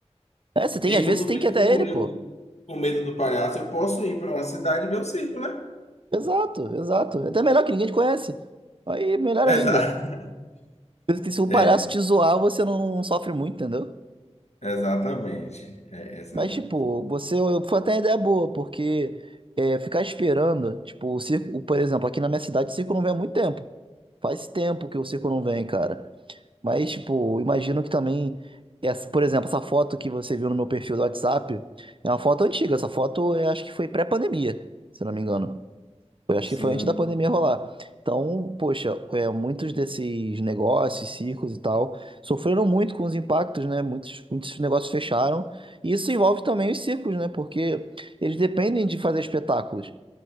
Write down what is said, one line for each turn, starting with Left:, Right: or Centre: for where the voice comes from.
Right: É, você tem,
Left: E aí
Right: às
Left: quando
Right: vezes você tem
Left: vem,
Right: que ir até
Left: eu fico com
Right: ele,
Left: medo,
Right: pô.
Left: do- com medo do palhaço, eu posso ir para uma cidade e ver o circo, né?
Right: Exato, exato. É Até melhor que ninguém te conhece. Aí, melhor
Left: Exato.
Right: ainda.
Left: <laughs>
Right: Porque se um
Left: É,
Right: palhaço te zoar, você não sofre muito, entendeu?
Left: exatamente. É essa
Right: Mas,
Left: aí.
Right: tipo, você foi até uma ideia boa, porque é, ficar esperando, tipo, o circo, por exemplo, aqui na minha cidade o circo não vem há muito tempo. Faz tempo que o circo não vem, cara. Mas, tipo, imagino que também, essa, por exemplo, essa foto que você viu no meu perfil do WhatsApp é uma foto antiga. Essa foto, eu acho que foi pré-pandemia, se não me engano. Eu acho
Left: Sim.
Right: que foi antes da pandemia rolar. Então, poxa, é, muitos desses negócios, circos e tal, sofreram muito com os impactos, né? Muitos, muitos negócios fecharam. E isso envolve também os circos, né? Porque eles dependem de fazer espetáculos.